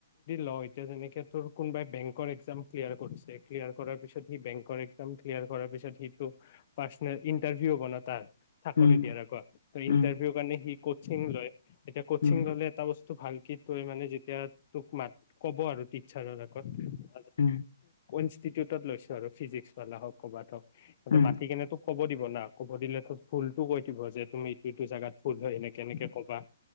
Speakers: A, on the left; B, on the left.
A: ল এতিয়া যেনেকে তোৰ, কোনোবাই বেংকৰ এক্জাম। ক্লিয়াৰ কৰিছে, ক্লিয়াৰ কৰাৰ পিছত সি বেংকৰ এক্সাম ক্লিয়াৰ কৰাৰ পিছত, সিটো পাৰ্চনেল ইণ্টাৰভিউ হব ন', তাৰ। চাকৰি
B: উম
A: দিয়াৰ আগত ইন্টাৰভিউৰ
B: উম
A: কাৰণে সি কচিং লয় এতিয়া কচিং
B: উম
A: এটা বস্তু তো ভাল কি তই মানে যেতিয়া তোক মাত ক'ব আৰু টিচাৰৰ আগত <unintelligible> <unintelligible>
B: উম
A: ইনষ্টিটিউটত লৈছো আৰু ফিজিক্সালা হওঁক ক'বাত হওঁক তাতে
B: উম
A: মাতি কেনে তোক ক'ব দিব না ক'ব দিলে তো ভুলটো কৈ দিব যে, তুমি এইটো এইটো জাগাত ভুল হয় এনেকে এনেকে ক'বা